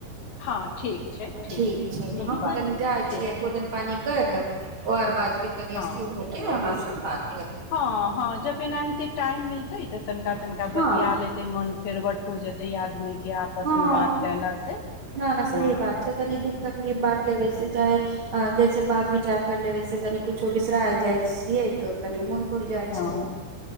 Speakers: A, on the left; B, on the right.
A: हँ ठीक छै
B: ठीक छै,
A: नीक
B: तऽ हम
A: बात
B: ओ
A: भेलै
B: जा
A: ठीक
B: छियै। भोजन पानी कर वर बाद कतनी
A: हँ
B: स्थीके <unintelligible>
A: हँ हँ जब एनाहिते टाइम मिलतै तऽ तनिका तनिका
B: हँ
A: बतिआ लेतै मोन फेरवट हो जेते आदमी के आपसमे
B: हँ
A: बात कयलासँ
B: न न सही
A: हँ
B: बात छै तनी दुःख तकलीफ बाँट लेबे से चाहे जैसे बात विचार कर लेबै से कनि कुछो बिसरा जाइ छियै तऽ कनि मन उड़ जाइ छै
A: हँ